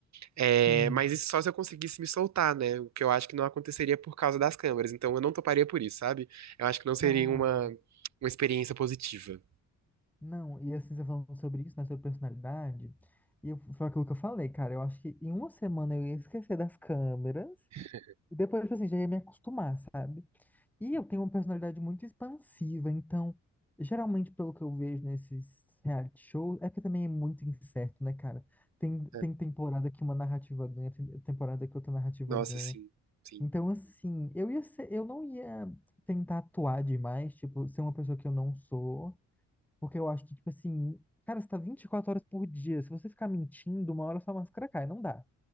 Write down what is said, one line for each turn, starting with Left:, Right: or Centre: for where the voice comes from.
Right: É,
Centre: sim.
Right: mas isso só se eu conseguisse me soltar, né? O que eu acho que não aconteceria por causa das câmeras. Então eu não toparia por isso, sabe? Eu acho que não seria
Centre: Cara,
Right: uma, uma experiência positiva.
Centre: Não, e assim, você falando sobre isso, né, sobre personalidade, e eu- foi aquilo que eu falei, cara, eu acho que em uma semana eu ia esquecer das câmeras,
Right: <laughs>
Centre: e depois, tipo assim, já ia me acostumar, sabe? E eu tenho uma personalidade muito expansiva, então, geralmente, pelo que eu vejo nesses reality shows, é porque também é muito incerto, né, cara? Tem,
Right: É.
Centre: tem temporada que uma narrativa ganha, tem temporada que outra narrativa
Right: Nossa,
Centre: ganha.
Right: sim, sim.
Centre: Então, assim, eu ia ser, eu não ia tentar atuar demais, tipo, ser uma pessoa que eu não sou, porque eu acho que, tipo assim, cara, você tá 24 horas por dia. Se você ficar mentindo, uma hora sua máscara cai. Não dá.